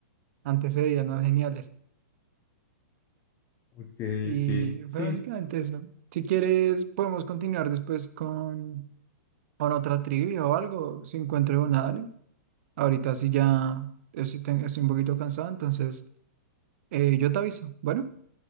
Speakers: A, on the right (about 55°); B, on the left (about 30°).
A: antes se veían más geniales.
B: Ok,
A: Y
B: sí, sí.
A: fue básicamente eso. Si quieres, podemos continuar después con, con otra trivia o algo, si encuentro una, dale. Ahorita sí ya estoy, ten- estoy un poquito cansado, entonces eh, yo te aviso. Bueno,